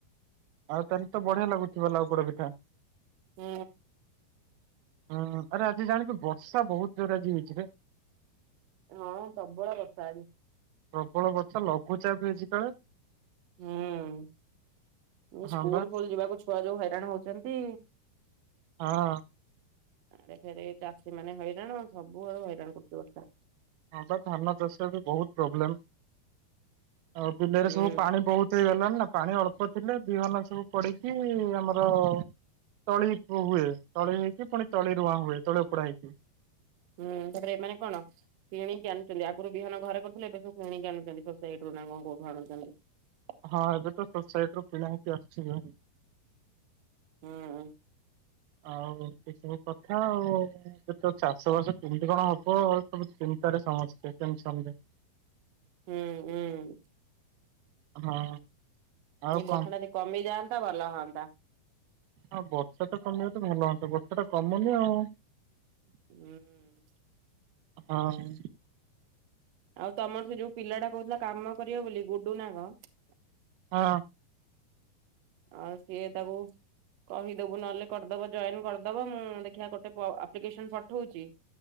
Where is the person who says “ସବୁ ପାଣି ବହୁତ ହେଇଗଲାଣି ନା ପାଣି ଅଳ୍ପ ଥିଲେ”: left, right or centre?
Right